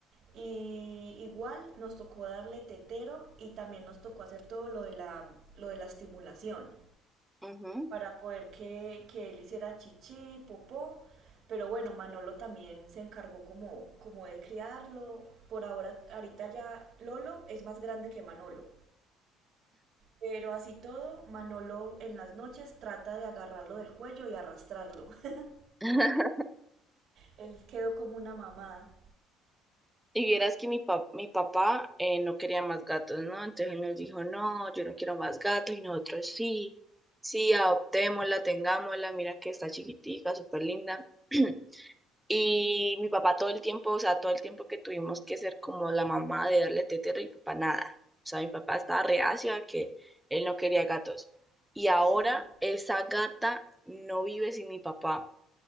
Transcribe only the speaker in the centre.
ujú.
<laughs>
Y vieras que mi, pa- mi papá eh, no quería más gatos, ¿no? Entonces él nos dijo, no, yo no quiero más gatos y nosotros sí, sí, adoptémosla, tengámosla, mira que está chiquitica, súper linda. <clears throat> Y mi papá todo el tiempo, o sea, todo el tiempo que tuvimos que ser como la mamá de darle tetero y papá nada. O sea, mi papá estaba reacio a que él no quería gatos. Y ahora
esa gata no vive sin mi papá.